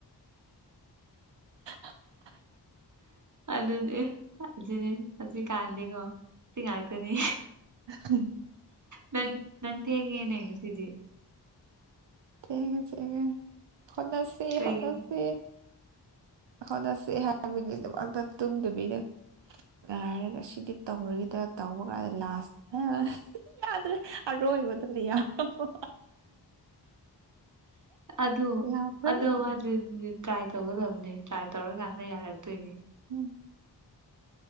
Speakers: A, on the right; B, on the right.
A: INAUDIBLE
B: ꯑꯗꯨꯗꯤ ꯖꯤꯅꯤ ꯍꯧꯖꯤꯛꯀꯥꯟꯗꯤꯀꯣ ꯁꯤ ꯉꯥꯛꯇꯅꯤ
A: INAUDIBLE
B: ꯅꯪ ꯅꯪ ꯊꯦꯡꯉꯦꯅꯦ ꯉꯁꯤꯗꯤ
A: ꯊꯦꯡꯉꯦ ꯊꯦꯡꯉꯦ ꯍꯣꯠꯅꯁꯤ
B: ꯀꯩꯒꯤꯅꯣ
A: ꯍꯣꯠꯅꯁꯤ ꯍꯣꯠꯅꯁꯤ ꯍꯥꯏꯕꯒꯤꯗꯃꯛꯇ ꯇꯨꯝꯗꯕꯤꯗ ꯥꯉꯥꯏꯔꯒ ꯁꯤꯗꯤ ꯇꯧꯔꯒꯤꯗ꯭ꯔꯇꯧꯕ ꯀꯥꯟꯗ ꯂꯥꯁ ꯌꯥꯗ꯭ꯔꯦ ꯑꯔꯣꯏꯕꯗꯨꯅ ꯌꯥꯔꯕ
B: ꯑꯗꯣ
A: ꯌꯥꯗ꯭ꯔꯦ
B: ꯑꯗꯣꯋꯥꯖꯦ ꯇ꯭ꯔꯥꯏ ꯇꯧꯒꯗꯕꯅꯦ ꯇ꯭ꯔꯥꯏ ꯇꯧꯔꯀꯥꯟꯗ ꯌꯥꯔꯛꯇꯣꯏꯅꯦ
A: ꯎꯪ